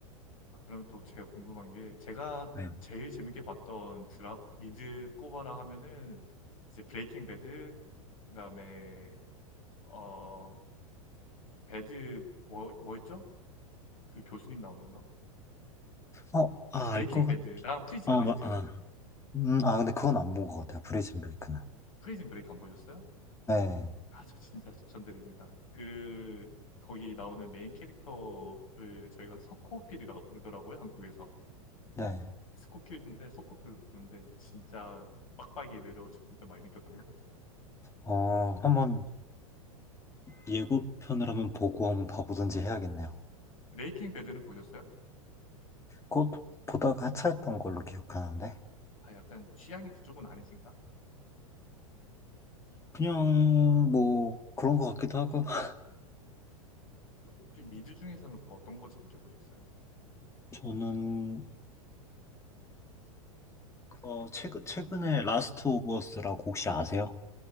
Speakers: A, on the left (about 70°); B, on the left (about 15°).
A: 아, 그럼 또 제가 궁금한 게 제가
B: 네.
A: 제일 재밌게 봤던 드라 미드 꼽아라 하면은 이제 브레이킹 배드 그다음에 어 배드 뭐 뭐였죠? 그 교수님 나오는 거?
B: 어, 아,
A: 브레이킹
B: 알 것
A: 배드랑
B: 같,
A: 프리즌
B: 아,
A: 브레이크.
B: 마- 아. 음, 아, 근데 그건 안 본 것 같아요. 브레이즌 베이크는.
A: 프리즌 브레이크 안 보셨어요?
B: 네,
A: 아, 저 진짜 추천드립니다. 그 거기 나오는 메인 캐릭터를 저희가 석호필이라고 부르더라고요, 한국에서.
B: 네.
A: 스코필드인데 서코필로 부는데 진짜 빡빡이의 매력을 좀 더 많이 느꼈던 것 같아요.
B: 어, 한번 예고편을 한번 보고 한번 봐보든지 해야겠네요.
A: 브레이킹 배드는 보셨어요?
B: 그것 보다가 하차했던 걸로 기억하는데.
A: 아 약간 취향이 그쪽은 아니신가?
B: 그냥 뭐 그런 것 같기도 하고. <laughs>
A: 그 혹시 미드 중에서는 그 어떤 거 재밌게 보셨어요?
B: 저는 어, 최근, 최근에 라스트 오브 어스라고 혹시 아세요?